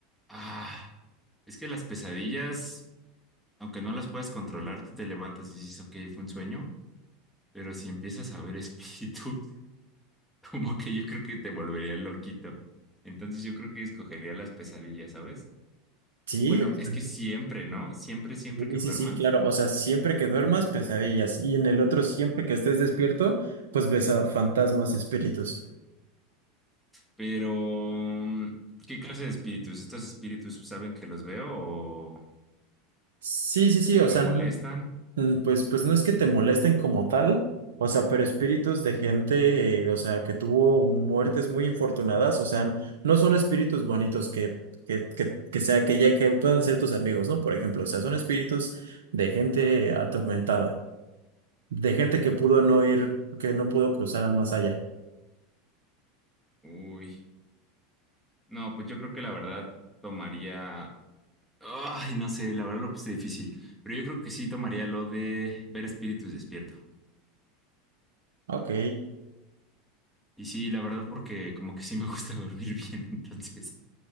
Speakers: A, in the centre; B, on the right.
A: Ah, es que las pesadillas, aunque no las puedas controlar, tú te levantas y dices, ok, fue un sueño. Pero si empiezas a ver espíritus, <laughs> como que yo creo que te volvería loquito. Entonces yo creo que escogería las pesadillas, ¿sabes?
B: Sí,
A: Bueno,
B: o sea,
A: es que siempre, ¿no? Siempre, siempre
B: sí,
A: que duermas.
B: sí, sí, claro. O sea, siempre que duermas, pesadillas. Y en el otro, siempre que estés despierto, pues ves a fantasmas, espíritus.
A: Pero, mm, ¿qué clase de espíritus? ¿Estos espíritus saben que los veo o
B: Sí, sí, sí, o
A: me
B: sea,
A: molestan?
B: no- mm, pues, pues no es que te molesten como tal, o sea, pero espíritus de gente, eh, o sea, que tuvo muertes muy infortunadas, o sea, no son espíritus bonitos que, que, que, que sea, que ya que puedan ser tus amigos, ¿no? Por ejemplo, o sea, son espíritus de gente atormentada, de gente que pudo no ir, que no pudo cruzar al más allá.
A: Uy, no, pues yo creo que la verdad tomaría... Ay, no sé, la verdad lo puse difícil. Pero yo creo que sí tomaría lo de ver espíritus despierto.
B: Ok,
A: Y sí, la verdad, porque como que sí me gusta <laughs> dormir bien, entonces,